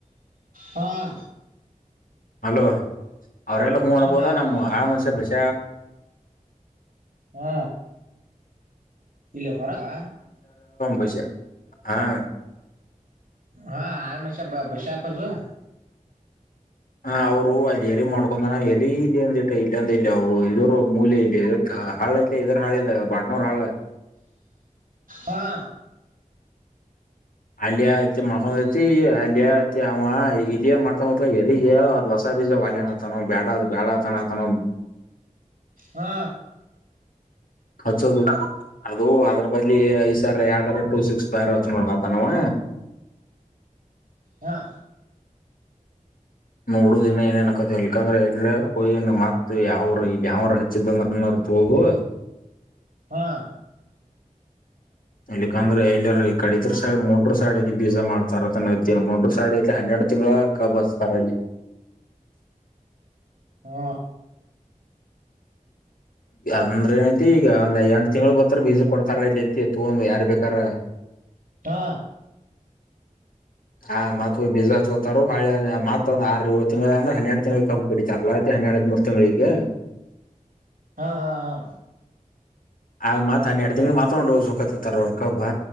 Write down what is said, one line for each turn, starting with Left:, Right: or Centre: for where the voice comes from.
Right: ಹಾ
Left: ಹಲೋ ಅವ್ರಲ್ಲ ಹೂ ಅನ್ಬೋದ
Right: ಸೌಂಡ್ ಹಾಕತ್ತಪ್ಪ
Left: ನಮ್ಮ್ ಹಾಳ ಮನ್ಸ್ಯ ಬಸ
Right: ಹ್ಮ ಇಲ್ಲ ಹೊರಗಾ
Left: ಬಷೆ ಹಾ
Right: ಹಾ ಹಮಶಾ ಬಸಾಪಜುವ
Left: ಹಾ ಅವ್ರು ಅಲ್ಲಿ ಎರಿ ಮಾಡ್ಕೊಂಡಾನ ಎರಿ ಇಲ್ಲಿ ಅಂದ ಇಟ್ಟ ಇಲ್ಲ ಅಂದ ಇಲ್ಲ ಇದರು ಮೂಲ್ ಇಲ್ಲ ಇದಕ್ಕ ಹಾಳ ಐತೆ ಇದ್ರ ಹಾಳದ ಬಾಟ್ನೂರ್ ಹಾಳ
Right: ಹಾ
Left: ಅಲ್ಲಿಯ ಐತಿ ಮಾಡ್ಕೊ್ಐತಿ ಅಲ್ಲಿಯ ಐತಿ ಅವ ಇಲ್ಲಿಯ ಮಾಡ್ಕೊಂಡ್ ಎರಿಗ ಅದ್ ಹೊಸ ವಿಯನತಾನ ಬೇಡ ಬೇಡತಾನತಾನ
Right: ಹಾ
Left: ಹತ್ತುದು ಅದು ಅದ್ರ ಬದ್ಲಿ ಈ ಸರ್ ಏಂದ್ರ ಟೂ ಸಿಕ್ಸ್ ಬ್ಯರ್ ನೋಡತನವ <unintelligible>
Right: ಹಾ
Left: ನೋಡುದ ಇನ್ನ ಏನೇನಕ ಇಲ್ಕಂದ್ರ ಹೇಳ್ರ ಹ ಮತ್ ಯಾವರು ಇ ಯಾವ್ರ ಹೆಚ್ಚಿದಂದ್ರ ಪೋಗುವ
Right: ಹಾ
Left: ಇಲ್ಲಕ್ಕಂದ್ರೆ ಎಲ್ಲ ಈ ಕಡಿದ ಸೈ ಮುಂಟರು ಸೈಡ್ ಬೀಜಾ ಮಾಡ್ತಾರ ಮುಂಟರು ಸೈಡ್ ಹನ್ನೆಡು ತಿಂಗಳ ಕಬಲ್ಲಿ
Right: ಹಾ
Left: ಅಂದ್ರೆ ಏನಐತಿ ಈಗ ಒಂದ್ ಎರಂು ತಿಂಗಳು ಬರ್ ಹ ಬೀಜ ಕೊಡ್ತಾರ ಇಲ್ಲಿತಿ ತ ಯಾರ್ ಬೇಕಾರ
Right: ಹಾ..
Left: ಹ ಮತ್ ಬಿಸ್ಾ ಹೋತಾರರು ಹಳೆ ಮತ್ತೊಂದ ಆ ತಿಂಗಂಳ ಅಂದ್ರೆ ಹನ್ನೆರಡು ತಿಂಗ್ಳ ಹಬ್ಬು ಕಡಿತಾರಲ್ಲ ಹನ್ನೆ ಎಡು ಹದ ಮೂರು ತಿಂಗಳಿಗೆ
Right: ಹಾ ಹಾ ಹಾ
Left: ಆಗ ಮತ್ ಹನ್ನೆರಡು ತಿಂಗ್ಳ ಮಾತ್ರ ಒ್ಕತ್ತತ್ತರ್ ಅವರ್ಕಬ್ಬ